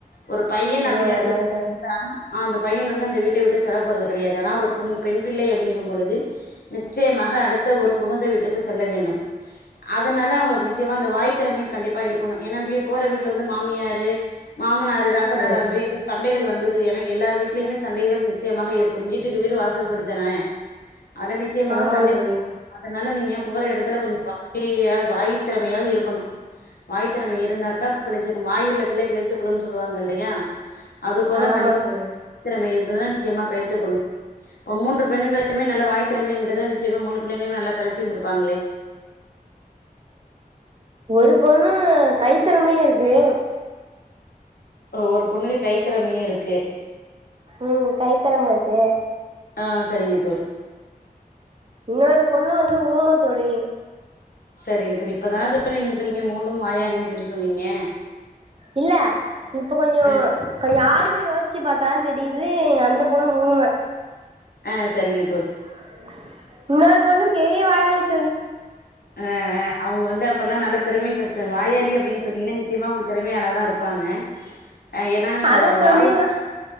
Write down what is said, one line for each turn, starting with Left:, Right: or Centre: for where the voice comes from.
Left: ஒரு பையன்
Right: ம்
Left: அப்டின்னு எடுத்துக்கிட்டோ
Right: ஆமா தோழி
Left: <unintelligible> அந்த பையன் வந்து அந் வீட்டை விட்டு செல்ல போறது கிடையாது ஆனா ஒரு உன் பெண் பிள்ளை அப்படிங்கும் பொழுது நிச்சயமாக அடுத்த ஒரு புகுந்த வீட்டுக்கு செல்ல வேண்டும் அதனால அவங்களுக்கு நிச்சயமா அந்த வாய் திறமை கண்டிப்பா இருக்கணு ஏன்னா வி போற வீட்டுல வந்து மாமியாரு மாமனாரு நாத்தனாரு
Right: ம்
Left: அந்த மாரி எதுவு சண்டைகள் வந்தது ஏன எல்லார் வீட்டிலுமே சண்டைகள் நிச்சயமாக இருக்கும் வீட்டுக்கு வீடு வாச சல் படித்தானே அது நிச்சயமாக
Right: ஆமா
Left: சண்டைகள்
Right: தோழி
Left: அதனால நீங்க போற எடத்துல கொஞ்சம் வாய வாய் திறமையாவது இருக்கணும் வாய் திறமை இருந்தாக்க பிழைச்சுக்கும் வாயுள்ள பிள்ளை பிழை ச்சுக்குனு சொல்லுவாங்க இல்லையா அதுபோல
Right: ஆமா
Left: கண்டிப்பா
Right: தோழி
Left: <inaudible> வாய் திறமை இருந்துச்சுனா நிச்சயமா பிழை த்து கொள்ளும் இப்ப மூன்று பெண்ணுகளுக்குமே நல்ல வாய்த்திறமைன்றது நிச்சயமா மூணு பிள்ளைங்களையு நல்லா பெழச்சிருந்திருப்பாங்களே
Right: ஒரு பொண்ணு கைத்திறமயே இருக்கு
Left: ஒரு பொண்ணுக்கு கைத்திறமையு இருக்கு
Right: உம் கைத்தெறம இருக்கு
Left: ஆ சரிங்க தோ
Right: இன்னொரு பொண்ணு வந்து ஊம தோழி
Left: சரிங்க தரி இப்பதானே தோழி நீங்க சொன்னீங்க மூண்டும் வாயாடினு சொல்லி சொன்னீங்க
Right: இல்ல இப்ப கொஞ்சோ
Left: ஆ
Right: கொஞ்சோ ஆள் த்து யோசிச்சு பாத்தான் தெரியுது அந்த பொண்ணு ஊம
Left: ஆஹ் செரிங்க
Right: <unintelligible> இன்னொரு பொண்னும் பெரிய வாயாடி தோழி
Left: அஹ் அஹ் அவங்க வந்து அப்பனா நல்லா திறமை செலுத்து வாயாடி அப்படின்னு சொன்னீங்கன்னா நிச்சயமா அவங்க திறமையால தான் இருப்பாங்க ஹ் ஏன்னா
Right: அது கம்மிதா
Left: வாய ம